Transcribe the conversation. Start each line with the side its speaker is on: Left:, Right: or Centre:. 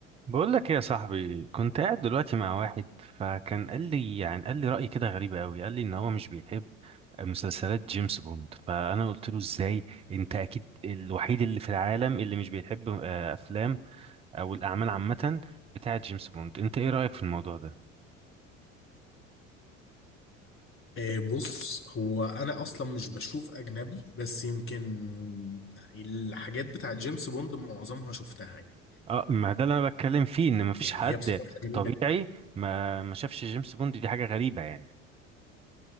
Right: بقول لك ايه يا صاحبي كنت قاعد دلوقتي مع واحد فكان قال لي يعني قال لي رأي كده غريب قوي قال لي ان هو مش بيحب مسلسلات جيمس بوند فانا قلت له ازاي انت اكيد الوحيد اللي في العالم اللي مش بيحب آه، افلام او الاعمال عامة بتاعه جيمس بوند انت ايه رأيك في الموضوع ده
Left: آه، بص هو انا اصلا مش بشوف اجنبي بس يمكن الحاجات بتاعت جيمس بوند معظمها شفتها يعني
Right: اه ما ده اللي انا بتكلم فيه ان مفيش
Left: يعني
Right: حد
Left: هي بصراحة جميلة
Right: طبيعي
Left: جدا
Right: ما ما شافش جيمس بوند دي حاجة غريبة يعني